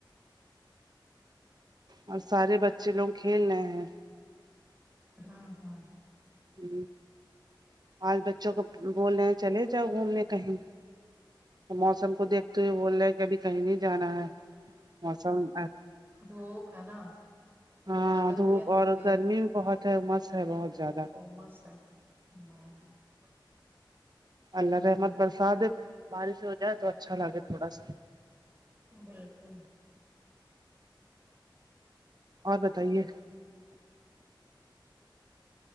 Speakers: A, on the right; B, on the right.
A: اور سارے بچے لوگ کھیل رہے ہیں
B: ہوں ہوں
A: ہ آج بچوں کو بول رہے ہیں چلے جاؤ گھومنے کہیں تو موسم کو دیکھتے ہوئے بول رہے ہیں کہ ابھی کہیں نہیں جانا ہے موسم
B: دھوپ ہے نا
A: ہاں
B: بادل
A: دھوپ
B: بھی ہے
A: اور
B: بھی
A: گرمی
B: ہے
A: بہت ہے مس ہے بہت زیادہ
B: <unintelligible>
A: اللہ رحمت برسات ہے بارش ہو جائے تو اچھا لگے تھوڑا سا
B: بالکل
A: اور بتائیے